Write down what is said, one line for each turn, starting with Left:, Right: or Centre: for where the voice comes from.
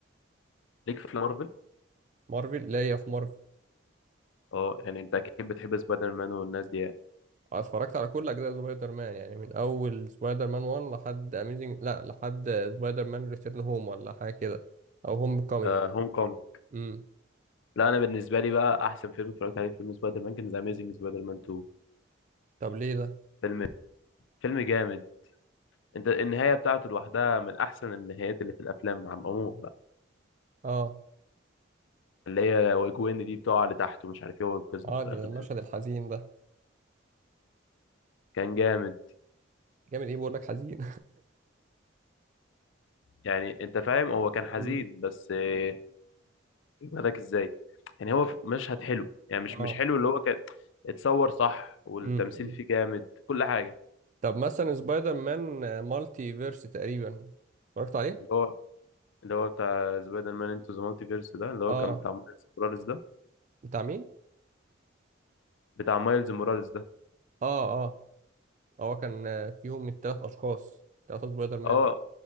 Left: ليك في مارفل
Right: مارفل لا هي في مارفل
Left: اه يعني انت اكيد بتحب سبايدر مان والناس دي يعني
Right: أنا اتفرجت على كل اجزاء سبايدر مان يعني من اول سبايدر مان 1 لحد اميزنج لا لحد سبايدر مان ريتيرن هوم ولا حاجه كده او هوم كومينج
Left: آه هوم كومينج
Right: امم
Left: لا انا بالنسبه لي بقى احسن فيلم اتفرجت عليه فيلم سبايدر مان كان ذا اميزنج سبايدر مان 2
Right: طب ليه ده
Left: فيلم فيلم جامد انت النهايه بتاعته لوحدها من احسن النهايات اللي في الافلام عم عموما بقى
Right: اه
Left: اللي هي وجوين دي بتقع لتحت ومش عارف ايه وينقذها
Right: اه
Left: وفي
Right: دي
Left: الاخر
Right: ده المشهد
Left: تموت.
Right: الحزين ده
Left: كان جامد
Right: جامد ايه بقول لك حزين
Left: يعني انت فاهم هو كان
Right: <laughs>
Left: حزين
Right: امم
Left: بس آه، يجمدك ازاي يعني هو مشهد حلو يعني مش
Right: اه
Left: مش حلو اللي هو كان اتصور صح والتمثيل
Right: امم
Left: فيه جامد كل حاجه
Right: طب مثلا سبايدر مان آه، مالتي فيرس تقريبا اتفرجت عليه
Left: اللي هو اللي هو بتاع سبايدر مان انتو ذا مالتي فيرس ده اللي هو
Right: اه
Left: كان بتاع مايلز موراليس ده
Right: بتاع مين
Left: بتاع مايلز موراليس ده
Right: اه اه هو كان آه، فيهم من ثلاث اشخاص ثلاثة سبايدر مان
Left: اه